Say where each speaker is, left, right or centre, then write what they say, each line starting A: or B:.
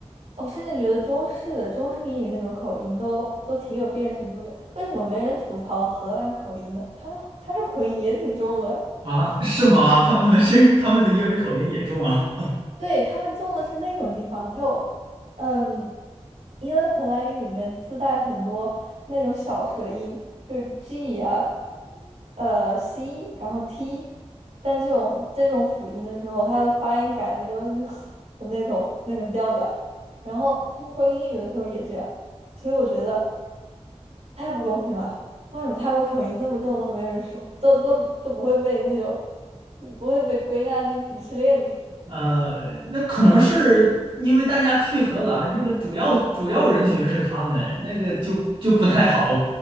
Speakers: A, on the right; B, on the right.
A: 我甚至觉得中式的中式英语那种口音都都挺有辨识度的，为什么没人吐槽荷兰口音呢？他们他们口音也挺重的。
B: 啊，是吗？他们本身他们的英语口音也重啊。
A: 对，他们种的是那种地方，就嗯，因为荷兰语里面自带很多那种小舌音，就是 G 啊，呃 C，然后 T，但这种这种辅音的时候，它的发音感觉都是 <laughs> 那种那种调调。然后他们说英语的时候也这样，所以我觉得太不公平了。为什么他们口音这么重都没人说，都都都不会被那种不会被归纳进鄙视链里？
B: 呃，那可能是因为大家去荷兰，这个主要主要人群是他们，那个就就不太好